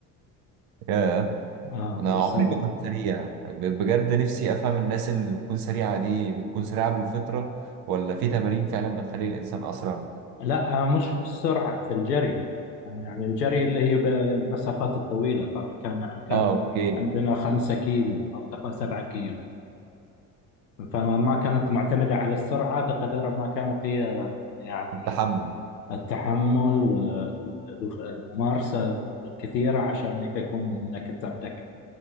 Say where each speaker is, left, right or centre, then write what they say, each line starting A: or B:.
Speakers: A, on the right (about 50°); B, on the left (about 85°).
A: ياه
B: آه
A: انا
B: بس
A: عمري ما كنت سريع ب- بجد نفسي افهم الناس اللي بتكون سريعة دي بتكون سريعة بالفطرة ولا في تمارين فعلا بتخلي الانسان اسرع
B: لا آه، مش في السرعة في الجري آه، يعني الجري اللي هي بالمسافات الطويلة طبعا كان كان
A: اه اوكي
B: عندنا خمسة كيلو أو تقريبا سبعة كيلو فما كانت معتمدة على السرعة بقدر ما كانت هي يعني
A: التحمل
B: التحمل والممارسة الكثيرة عشان إنك يكون إنك أنت عندك